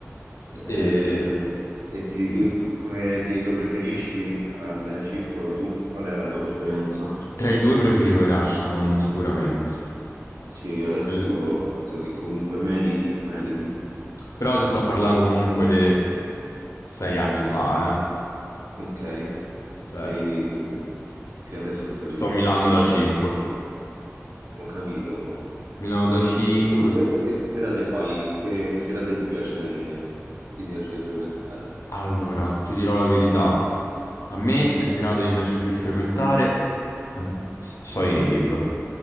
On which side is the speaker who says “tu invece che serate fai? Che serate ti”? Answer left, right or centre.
Right